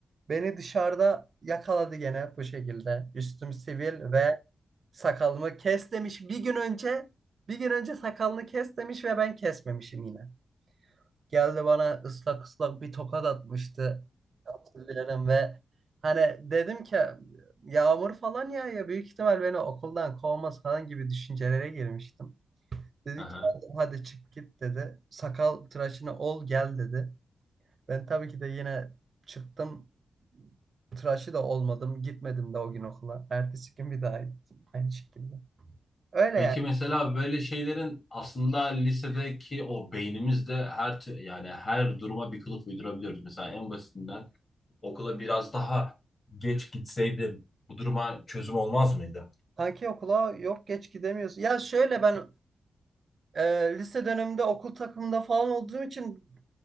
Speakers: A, on the right (about 45°); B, on the left (about 30°).
A: Beni dışarıda yakaladı gene bu şekilde. Üstüm sivil ve sakalımı kes demiş. Bir gün önce bir gün önce sakalını kes demiş ve ben kesmemişim yine. Geldi bana ıslak ıslak bir tokat atmıştı. Hatırlıyorum ve hani dedim ki yağmur falan yağıyor. Büyük ihtimal beni okuldan kovmaz falan gibi düşüncelere girmiştim. Dedi
B: Aha.
A: ki hadi, hadi çık git dedi. Sakal tıraşını ol gel dedi. Ben tabii ki de yine çıktım. Tıraşı da olmadım. Gitmedim de o gün okula. Ertesi gün bir daha gittim. Aynı şekilde. Öyle
B: Peki
A: yani.
B: mesela böyle şeylerin aslında lisedeki o beynimizde her tü- yani her duruma bir kılıf uydurabiliyoruz. Mesela en basitinden Okula biraz daha geç gitseydim bu duruma çözüm olmaz mıydı?
A: Kanki okula yok geç gidemiyorsun. Ya şöyle ben e, lise döneminde okul takımında falan olduğum için